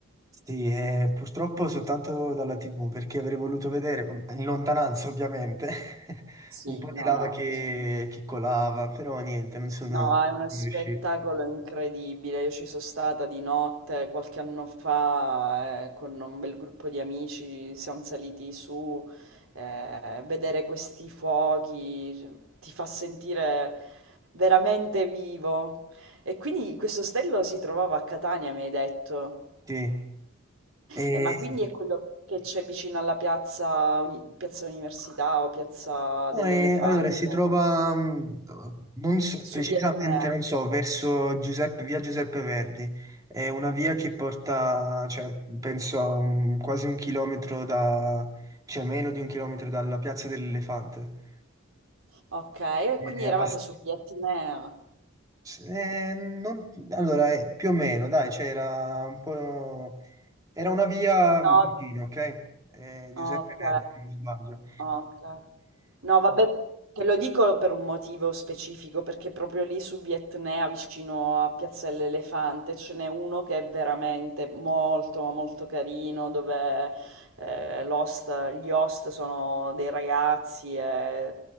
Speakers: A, on the right; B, on the right.
A: sì, eh, purtroppo soltanto dalla TV, perché avrei voluto vedere, mhmm, in lontananza ovviamente, <laughs>
B: Sì,
A: un po'
B: no,
A: di lava
B: no,
A: che, che colava, però niente, non sono
B: No, è uno
A: riuscito.
B: spettacolo incredibile. Io ci sono stata di notte qualche anno fa, eh, con un bel gruppo di amici, siamo saliti su, eh, vedere questi fuochi cioè, ti fa sentire veramente vivo. E quindi questo ostello si trovava a Catania, mi hai detto.
A: Sì. E,
B: Eh, ma quindi è quello che c'è vicino alla piazza, Uni- piazza Università o piazza
A: No,
B: dell'Elefante,
A: eh, allora, si trova, mh, non so-
B: su
A: precisamente,
B: Via Etnea.
A: non so, verso Giuseppe- via Giuseppe Verdi. È una via che porta, cioè, penso a un- quasi un chilometro da, cioè meno di un chilometro dalla Piazza dell'Elefante.
B: Okay, e
A: È
B: quindi eravate
A: abbast-
B: su Biettimer.
A: eh, non- allora, eh, più o meno, dai, c'era un po'... Era una via
B: No
A: vicino, ok? Eh, Giuseppe
B: Ok,
A: Verdi, se non sbaglio.
B: ok. No, vabbè, te lo dico per un motivo specifico, perché proprio lì su Vietnea, vicino a Piazza dell'Elefante, ce n'è uno che è veramente molto, ma molto carino, dove eh, l'host- gli host sono dei ragazzi e